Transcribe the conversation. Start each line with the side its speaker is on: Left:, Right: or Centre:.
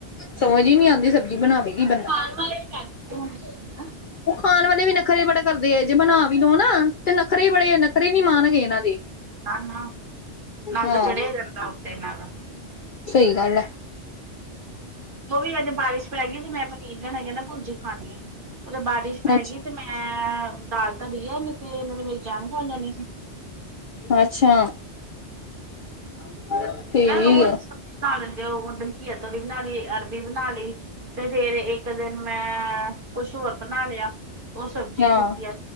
Left: ਸਮਝ ਹੀ ਨੀ ਆਦੀ ਸਬਜ਼ੀ ਬਣਾਵੇਗੀ ਕਿ ਬੰਦਾ।
Right: <unintelligible>
Left: ਉਹ ਖਾਣ ਵਾਲੇ ਵੀ ਨਖਰੇ ਬੜੇ ਕਰਦੇ ਏ ਜੇ ਬਣਾ ਵੀ ਲਓ ਨਾ ਤੇ ਨਖਰੇ ਬੜੇ ਨਖਰੇ ਨੀ ਮਾਣ ਹਗੇ ਇਹਨਾਂ ਦੇ।
Right: ਨੱਕ, ਨੱਕ
Left: ਹਾਂ
Right: ਚੜਿਆ ਜਾਂਦਾ ਉੱਤੇ ਇਹਨਾਂ ਦਾ।
Left: ਸਹੀ ਗੱਲ ਐ
Right: ਉਹ ਵੀ ਅਜੇ ਬਾਰਿਸ਼ ਪੈ ਗਈ ਤੇ ਮੈਂ ਪਨੀਰ ਲਿਆਣਾ ਕਹਿੰਦਾ ਭੁਰਜੀ ਖਾਣੀ ਐ। ਉਹ ਤਾਂ ਬਾਰਿਸ਼ ਪੈ
Left: ਅੱਛਾ
Right: ਗਈ ਤੇ ਮੈਂ ਦਾਲ ਧਰੀ ਹੈ ਨੀ ਤੇ ਇਹਨਾਂ ਨੇ ਮੇਰੀ ਜਾਣ ਖਾ ਜਾਂਣੀ ਸੀ।
Left: ਅੱਛਾ। <unintelligible>
Right: ਕਹਿੰਦਾ ਰੋਜ਼
Left: ਹੈ
Right: ਸਬਜ਼ੀ ਬਣਾ ਲੈਂਦੇ ਹੋਧਨ ਘੀਆ ਤੋਰੀ ਬਣਾ ਲਈ ਅਰਬੀ ਬਣਾ ਲਈ ਤੇ ਫਿਰ ਇੱਕ ਦਿਨ ਮੈਂ ਕੁਛ ਹੋਰ ਬਣਾ ਲਿਆ। ਉਹ ਸਬਜ਼ੀ
Left: ਹਾਂ
Right: ਚੁਕ ਕੇ